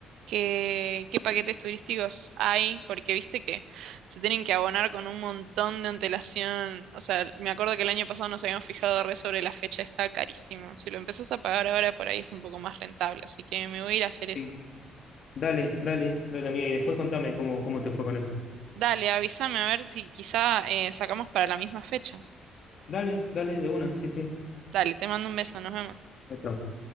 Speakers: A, on the right; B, on the left.
A: qué, qué paquetes turísticos hay, porque viste que se tienen que abonar con un montón de antelación. O sea, me acuerdo que el año pasado nos habíamos fijado re sobre la fecha, está carísimo. Si lo empezás a pagar ahora por ahí es un poco más rentable, así que me voy a ir a hacer
B: Sí.
A: eso.
B: Dale, dale, dale, amiga. Y después contame cómo, cómo te fue con eso.
A: Dale, avísame a ver si quizá eh, sacamos para la misma fecha.
B: Dale, dale, de una. Sí, sí.
A: Dale, te mando un beso, nos vemos.
B: Perfecto.